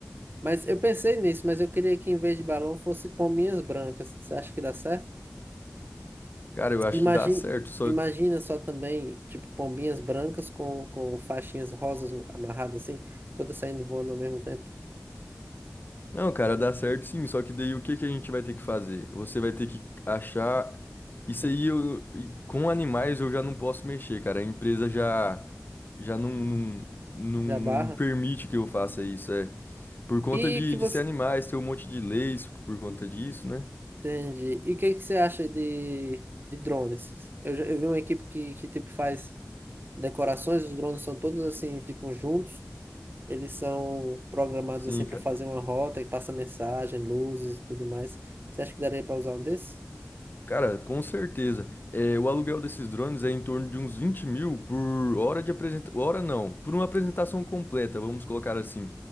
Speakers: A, on the right (about 45°); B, on the left (about 40°).
A: Mas eu pensei nisso, mas eu queria que em vez de balão fosse pombinhas brancas. Você acha que dá certo?
B: Cara, eu acho
A: Imagina,
B: que dá certo, só
A: imagina só também, tipo, pombinhas brancas com, com faixinhas rosas amarradas assim, todas saindo voando ao mesmo tempo.
B: Não, cara, dá certo sim, só que daí o que que a gente vai ter que fazer? Você vai ter que achar. Isso aí eu, e com animais eu já não posso mexer, cara. A empresa já já não, não, não, não
A: Já barra.
B: permite que eu faça isso, é. Por conta
A: E
B: de,
A: que você.
B: de ser animais, ter um monte de leis por conta disso, né?
A: Entendi. E o que que você acha de, de drones? Eu, já- eu vi uma equipe que, que tipo faz decorações, os drones são todos assim, tipo, juntos. Eles são programados
B: Sim,
A: assim para
B: cara.
A: fazer uma rota que passa mensagem, luzes e tudo mais. Você acha que daria para usar um desses?
B: Cara, com certeza. É, o aluguel desses drones é em torno de uns 20 mil por hora de apresentação. Hora não, por uma apresentação completa, vamos colocar assim.